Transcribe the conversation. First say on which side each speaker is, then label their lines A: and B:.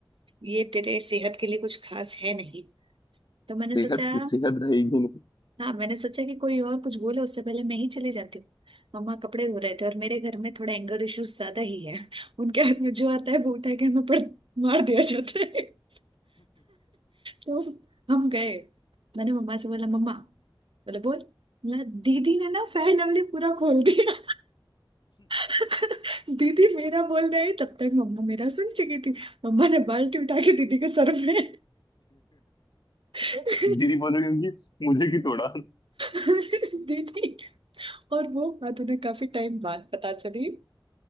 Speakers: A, on the right; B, on the left.
A: ये तेरे सेहत के लिए कुछ खास है नहीं तो मैंने
B: सेहत
A: सोचा
B: सेहत रहेगी नहीं
A: हाँ मैंने सोचा कि कोई और कुछ बोले उससे पहले मैं ही चली जाती हूँ मम्मा कपड़े धो रहे थे और मेरे घर में थोड़ा एंगर इश्यूज ज्यादा ही है <laughs> उनके हाथ में जो आता है वो उठा के हमें पड़ मार दिया जाता है <laughs> तो हम गए मैंने मम्मा से बोला मम्मा बोले बोल बोला, दीदी ने ना फेयर लवली पूरा खोल दिया <laughs> दीदी मेरा बोल रही तब तक मम्मा मेरा सुन चुकी थी मम्मा ने बाल्टी उठा के दीदी के सर में <laughs>
B: दीदी बोलो क्योंकि मुझे की तोड़ा
A: दीदी और वो बात उन्हें काफी टाइम बाद पता चली